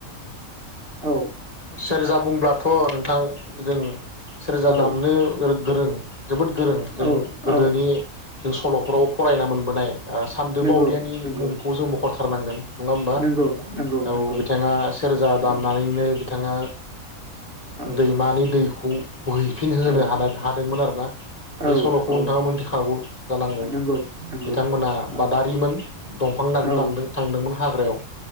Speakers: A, on the right; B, on the left.
A: औ
B: सेरजा बुंब्लाथ' नोंथां जों सेरजा
A: औ
B: दामनो गोरों जोबोद गोरों जों
A: औ
B: गोदोनि
A: औ
B: जों सल'फोराव फरायना मोनबोनाय सान्द
A: नंगौ
B: बावदियानि
A: नंगौ
B: मुंखौ जों मखरथारनांगोन नङा होमबा
A: नंगौ नंगौ
B: औ
A: नंगौ
B: बिथाङा सेरजा दामनानैनो
A: औ
B: बिथाङा
A: औ
B: दैमानि दै खौ बोहैफिन होनो
A: औ
B: ह हादोंमोन आरो ना बे
A: औ
B: सल'खौ
A: औ
B: नोंथांामोन थिखागौ जानांगौ
A: नंगौ नंगौ
B: बिथांमोना
A: औ
B: बादारिमोन दंफां दान
A: औ
B: दानदों थांदोंमोन हाग्रायाव